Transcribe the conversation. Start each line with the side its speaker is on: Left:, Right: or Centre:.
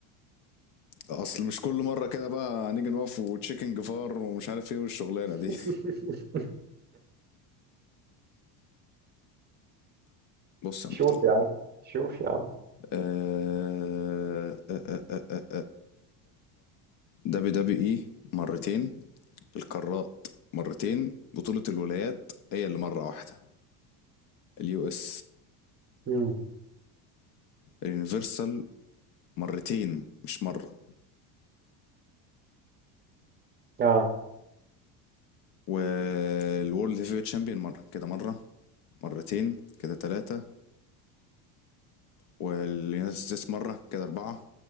Left: اصل مش كل مره كده بقى هنيجي نقف وتشيكن جفار ومش عارف ايه والشغلانه دي
Right: <laughs>
Left: <laughs> بص يا
Right: شوف
Left: محترم
Right: يا عم شوف يا عم
Left: آه، آه، آه، آه، دبي دبي اي مرتين القارات مرتين بطولة الولايات هي اللي مرة واحدة اليو اس
Right: مم.
Left: اليونيفرسال مرتين مش مرة
Right: اه
Left: والورلد هيفي ويت شامبيون مرة كده مرة مرتين كده تلاتة واليونايتد ستيتس مرة كده أربعة